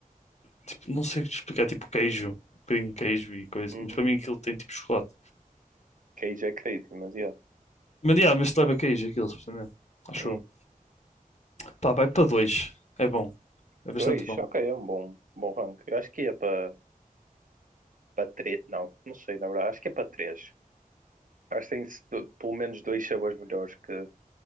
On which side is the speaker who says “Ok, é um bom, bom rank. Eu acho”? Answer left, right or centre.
Right